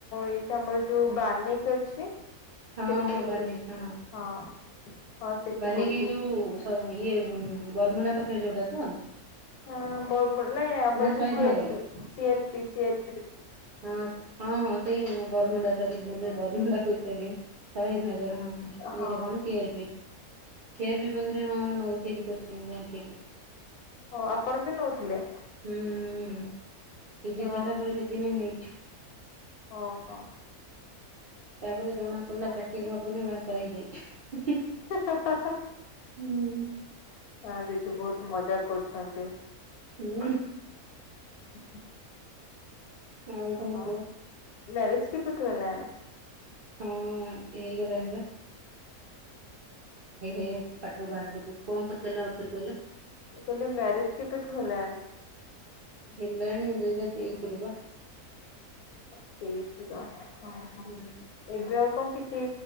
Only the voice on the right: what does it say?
ହଁ ହଁ ବାନିକି
ବାନିକି
ଏ ଯୋଉ ସ ଇଏ ବରମୁଣ୍ଡା ପାଖରେ ଯୋଉଟା ତ।
ନା ଶହୀଦନଗର
ହଁ। ହଁ ହଁ ସେଇ ବରମୁଣ୍ଡା, ସରି ଭୁଲରେ ବରମୁଣ୍ଡା କହିସାଇଲିଣୀ, ଶହୀଦନଗର ହଁ।
ଏଇ ଯୋଉ କଣ ସିଆରପି। ସିଆରପି ପାଖରେ ହଁ ମୁଁ ନଉଥିଲି କୋଚିଂ ବ୍ୟାଙ୍କିକ୍ ର।
ହୁଁ ହୁଁ, ପିଜି
ସାରିଲା ପରେ କେତେଦିନ ନେଇଛୁ।
ତାପରେ ଜଣା ପଇଲା ଚାକିରି ହବନି, ବା ସା ହେଇଯାଇଛୁ।
ହୁଁ।
ହୁଁ।
ଆଉ
କଣ
କୁହ
ହୁଁ ହେଇଗଲାଣି ବା। ଏ ହେ ପାଟିରୁ ବାହାରକରିଦଉଛି। କ ପଚାରିଲ ଆଉଥରେ କହିଲ?
ହେଲାଣି ଦୁଇ ହଜାର ତେଇଶିରୁ ବା।
ହୁଁ।